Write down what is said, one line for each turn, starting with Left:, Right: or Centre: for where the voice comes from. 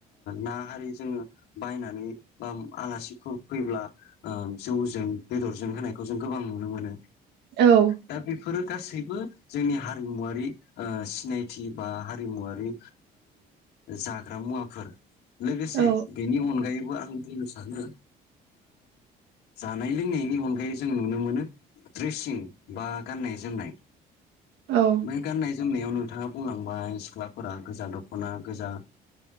Left: ना हारि जोङो बायनानै बा आलासिफोर फैब्ला। जौजों बेदरजों होनायखौ जों गोबां नुनो मोनो
Right: औ।
Left: दा बेफोरो गासैबो जोंनि हारिमुवारि सिनायथि बा हारिमुवारि जाग्रा मुवाफोर लोगोसे
Right: औ
Left: बेनि अनगायैबो आं। जों सानो जानाय लोंनायनि अनगायै जों नुनो मोनो द्रेसिं बा गान्नाय जोमनाय
Right: औ।
Left: बै गाननाय जोमनायाव नोंथाङा बुंलांबाय सिख्लाफोरा गोजा दख'ना गोजा